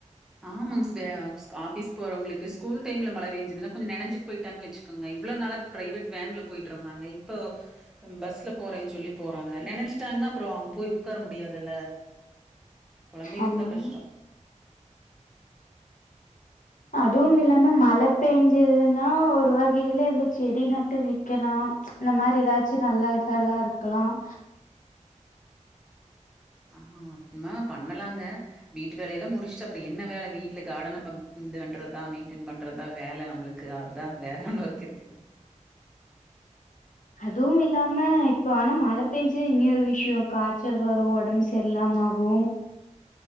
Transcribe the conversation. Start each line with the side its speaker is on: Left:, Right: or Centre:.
Centre: ஆமாங்க <unintelligible> ஆபிஸ் போறவுங்களுக்கு ஸ்கூல் டைம்ல மழ பெஞ்சதுன்னா கொஞ்சோ நனஞ்சிட்டு போய்ட்டாங்கன்னு வச்சுக்கங்க இவ்ள நாளா ப்ரைவெட் வேன்ல போய்ட்ருந்தாங்க இப்போ பஸ்ல போறேன் சொல்லி போறாங்க நனஞ்சா டான்னா அப்றோ அங்க போய் உக்கார முடியாதுல்ல கொழந்தைகளுக்கு
Left: ஆமாங்க
Centre: தா கஷ்டோ
Left: அதுவும் இல்லாம மழ பேஞ்சதுன்னா ஒரு வகையில இந்த செடி நட்டு வைக்கலாம் இந்த மாரி ஏதாச்சு நல்ல கல்லா இருக்கலாம்
Centre: ஆ அ மா பண்ணலாங்க வீட்டு வேலையெல்லா முடிச்சுட்டு அப்றோ என்ன வேலை வீட்டுல கார்டனப்ப ம் இது பண்றதா மெய்ன்டென் பண்றதா வேல நம்மளுக்கு அதா வேற என்ன வொர்க்கு இருக்கு
Left: அதுவும் இல்லாம இப்ப ஆனா மழ பெஞ்சா இன்னியொரு விஷயோ காச்சல் வரு ஒடம்பு சரியில்லாம ஆகு உ